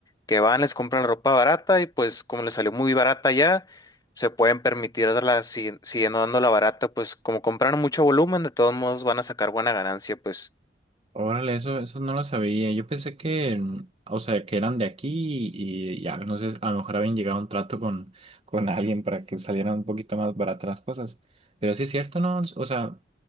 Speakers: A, on the left (about 20°); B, on the right (about 30°).
A: que van, les compran ropa barata y pues como les salió muy barata ya, se pueden permitir darla sigui- siguiendo dándola barata, pues como compraron mucho volumen, de todos modos van a sacar buena ganancia, pues.
B: Órale, eso, eso no lo sabía. Yo pensé que, mm, o sea, que eran de aquí y y ya, no sé, a lo mejor habían llegado a un trato con, con alguien para que salieran un poquito más baratas las cosas. Pero sí es cierto, ¿no? O sea,